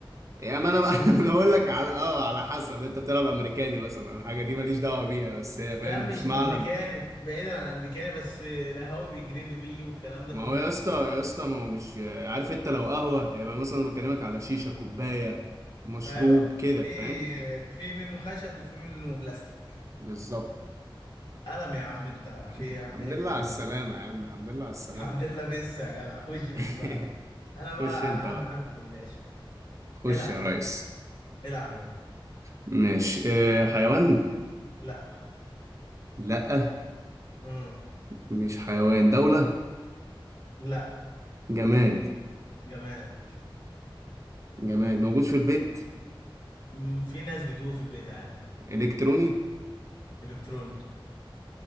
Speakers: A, on the right; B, on the left.
A: يا
B: بيحسبوا
A: ما انا بقى <laughs>
B: بيه
A: انا بقول لك على اه على حسب انت بتلعب امريكاني مثلا الحاجه دي ماليش دعوه بيها بس هي فاهم
B: لا مش
A: مش معلم
B: أمريكاني بعيدا عن أمريكاني بس القهاوي بيجريدوا بيه والكلام ده
A: ما
B: كله
A: هو يا اسطى يا اسطى ما هو مش عارف انت لو قهوه يبقى مثلا أنا بكلمك على شيشه كوبايه مشروب
B: أيوه
A: كده
B: في
A: فاهم
B: في منه خشب وفي منه بلاستيك
A: بالظبط
B: قلم يا عم أنت
A: الحمد
B: في إيه
A: الحمد
B: يا عم عيب
A: لله
B: والله
A: على السلامه يا عم الحمد لله على السلامه
B: الحمد لله بس يا جدع خش في
A: <laughs>
B: اللي بعده أنا بقى
A: خش انت
B: هعمل
A: بقى
B: معاك الجلاشة
A: خش
B: العب
A: يا ريس
B: العب يابا
A: ماشي اه حيوان
B: لا
A: لأ
B: مم.
A: مش حيوان دولة
B: لا
A: جماد
B: جماعة
A: جماد موجود في البيت
B: مم، في ناس بتجيبوه في البيت عادي
A: إلكتروني
B: إلكتروني